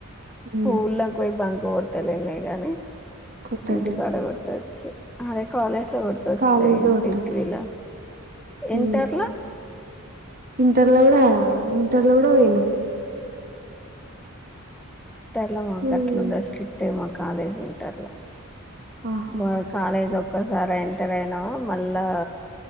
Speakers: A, in the centre; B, on the right.
A: స్కూల్
B: ఉమ్
A: లో పోయి బంక ట్టలున్నా గాని
B: కొట్టలేం
A: ఇంటి కాడ కొట్ట చి అదే కాలేజ్ లో పట్టొచ్చులే
B: కాలేజ్ లో కొట్టొచ్చు
A: డిగ్రీలో ఇంటర్లో
B: ఉమ్ ఇంటర్లో కూడా ఇంటర్ల కూడా కూడా పూనం
A: లా మాకు
B: ఉమ్,
A: అట్లా ఉండదు స్ట్రిక్ట్ అ మాకు కాలేజ్ వింటర్లో
B: ఆహా
A: మ కాలేజలో ఒక్కసారి ఎంటర్ అయినావా మళ్ళా